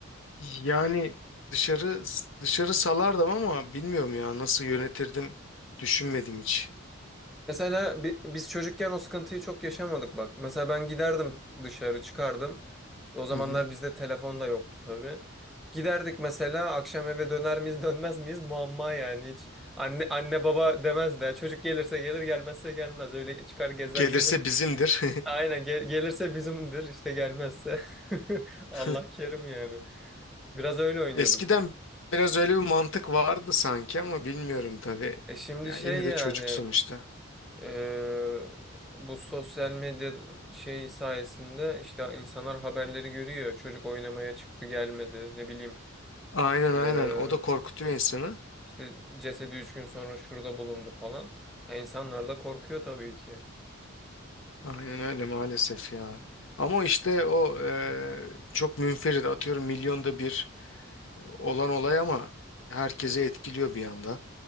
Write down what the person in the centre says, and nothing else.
Mesela bi- biz çocukken o sıkıntıyı çok yaşamadık bak. Mesela ben giderdim dışarı çıkardım. O zamanlar
bizde telefon da yoktu tabii. Giderdik mesela akşam eve döner miyiz <laughs> dönmez miyiz muamma yani hiç. Anne anne baba demez de çocuk gelirse gelir gelmezse gelmez öyle çıkar gezer
gelirdik.
Aynen gel- gelirse bizimdir işte gelmezse <laughs> Allah
kerim yani. Biraz öyle oynuyorduk.
E şimdi
şey
yani
Eee, bu sosyal medya şey sayesinde işte insanlar haberleri görüyor. Çocuk oynamaya çıktı gelmedi ne bileyim.
Eee,
işte cesedi üç gün sonra şurada bulundu falan. Ya insanlar da korkuyor tabii ki.